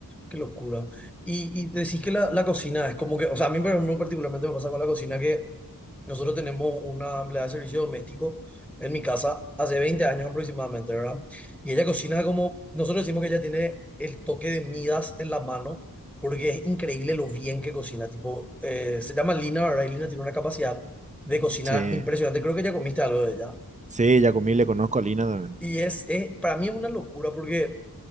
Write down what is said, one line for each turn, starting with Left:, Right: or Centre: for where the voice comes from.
Centre: Qué locura. Y, y decís que la, la cocina es como que, o sea, a mí por ejemplo, particularmente me pasa con la cocina que nosotros tenemos una empleada de servicio doméstico en mi casa hace 20 años aproximadamente, ¿verdad? Y ella cocina como, nosotros decimos que ella tiene el toque de Midas en la mano porque es increíble lo bien que cocina. Tipo, eh, se llama Lina, ¿verdad? Y Lina tiene una capacidad de cocina
Right: Sí,
Centre: impresionante. Creo que ya comiste algo de ella.
Right: sí, Yacomí le conozco a Lina también.
Centre: Y es, es para mí es una locura porque